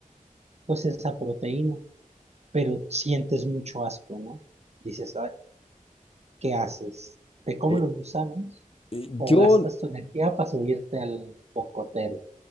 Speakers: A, on the right; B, on the left.
A: pues esa proteína, pero sientes mucho asco, ¿no? Dices, "Ay, ¿qué haces? ¿Te comes
B: Eh,
A: los gusanos
B: eh,
A: o
B: yo,
A: gastas tu energía para subirte al cocotero?